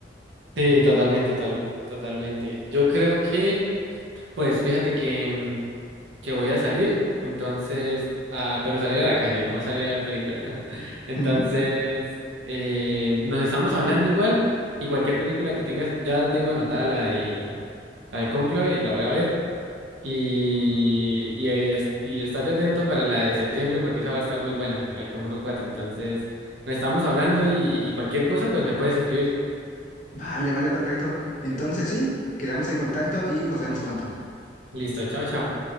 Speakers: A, on the right; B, on the left.
A: Sí, totalmente, tal- totalmente. Yo creo que, pues fíjate que, mm, que voy a salir, entonces, ah, pero salir a la calle, no salir a ver películas. <laughs> Entonces,
B: Ujú.
A: eh, nos estamos hablando igual y cualquier película que tengas, ya tengo anotada la de, la de Cónclave y la voy a ver. Y, y, ahí es- y estate atento para la de septiembre porque esa va a estar muy buena, la del Conjuro cuatro. Entonces, nos estamos hablando y, y cualquier cosa, pues me puedes escribir.
B: Vale, vale, perfecto. Entonces sí, quedamos en contacto y nos vemos pronto.
A: Listo, chao, chao.